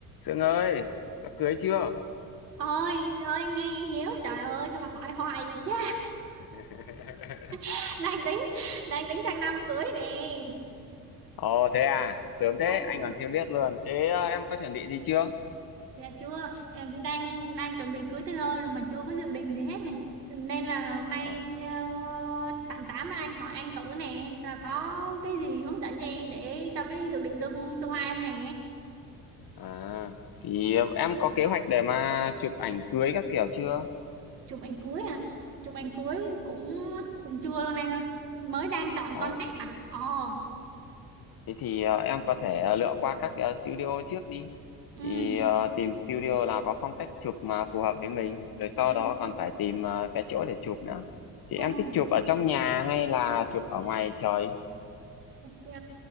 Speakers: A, on the left; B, on the right.
A: Sương ơi, sắp cưới chưa?
B: ơi anh ơi anh nghe anh Hiếu trời ơi sao mà hỏi hoài vậy cha
A: <laughs>
B: <laughs> đang tính đang tính sang năm cưới nè
A: Ồ thế à, sớm thế,
B: không
A: anh còn chưa biết luôn. Thế ờ, em có chuẩn bị gì chưa?
B: dạ chưa em đang đang chuẩn bị cưới tới nơi rồi mà chưa có dự định gì hết này nên là hôm nay
A: Ờ.
B: uh, sẵn tám với anh hỏi anh thử nè rồi có cái gì hướng dẫn cho em để cho cái dự định tương tương lai không nè
A: À, thì ờ, em có kế hoạch để mà chụp ảnh cưới các kiểu chưa?
B: chụp ảnh cưới à chụp ảnh cưới cũng cũng chưa luôn anh ơi mới đang chọn
A: Ồ,
B: concept à ồ
A: thế thì ờ, em có thể ờ, lựa qua các ờ, studio trước đi.
B: ừ
A: Thì ờ, tìm studio nào có phong cách chụp mà phù hợp với mình, rồi sau
B: ừ
A: đó còn phải tìm ờ, cái chỗ để chụp nữa. Thì
B: ừ.
A: em thích chụp ở trong nhà hay là chụp ở ngoài trời?
B: Ờ,